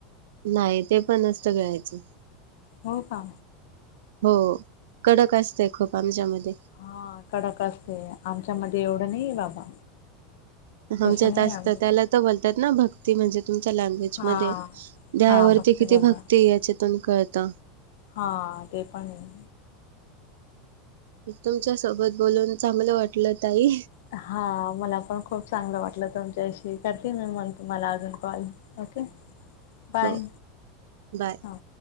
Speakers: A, on the right; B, on the left.
A: नाही ते पण नसतं गिळायचं.
B: हो का?
A: हो कडक असतय खूप आमच्यामध्ये.
B: हा कडक असते आमच्यामध्येध्ये एवढं नाही बाबा.
A: आमच्यात
B: तसं नाही
A: असतं
B: आमच्या
A: त्याला तर बोलतात ना भक्ती म्हणजे तुमच्या लँग्वेजमध्ये.
B: हा
A: देवावरती
B: हा भक्ती
A: किती
B: बोलता
A: भक्ती याच्यातून कळतं.
B: हा ते पण आहे.
A: तुमच्या सोबत बोलून चांगलं वाटल ताई.
B: हा मला पण खूप चांगलं वाटलं तुमच्याशी कधी मी म्हण तुम्हाला अजून कॉल. ओके बाय
A: हो बाय.
B: हा.